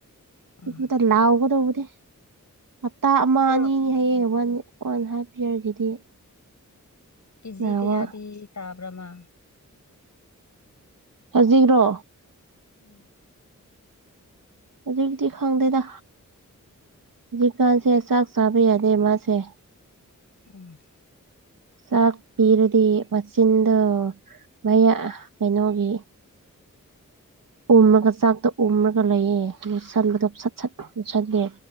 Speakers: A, on the left; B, on the right.
A: ꯑꯥ
B: ꯑꯄꯨꯗ ꯂꯥꯎꯒꯗꯧꯕꯗꯤ ꯍꯞꯇꯥ ꯑꯃ
A: ꯑꯗꯣ
B: ꯑꯅꯤꯅꯤ ꯍꯥꯏꯌꯦ ꯋꯥꯟ ꯋꯥꯟ ꯍꯥꯞ ꯏꯌꯥꯔꯒꯤꯗꯤ
A: ꯀꯦꯖꯤ
B: ꯅꯥꯕ
A: ꯀꯌꯥꯗꯤ ꯇꯥꯕ꯭ꯔꯥ ꯃꯥ
B: ꯍꯣꯖꯤꯛꯔꯣ
A: ꯎꯝ
B: ꯍꯨꯖꯤꯛꯇꯤ ꯈꯪꯗꯦꯗ ꯖꯤꯛꯀꯥꯟꯁꯦ ꯆꯥꯛ ꯆꯥꯕ ꯌꯥꯗꯦ ꯃꯥꯁꯦ
A: ꯎꯪ
B: ꯆꯥꯛ ꯄꯤꯔꯗꯤ ꯃꯆꯤꯟꯗ ꯃꯌꯥ ꯀꯩꯅꯣꯒꯤ ꯎꯝꯃꯒ ꯆꯥꯛꯇꯣ ꯎꯝꯃꯒ ꯂꯩꯌꯦ ꯌꯣꯠꯁꯟꯕꯗꯣ ꯁꯠ ꯁꯠ ꯌꯣꯁꯟꯗꯦ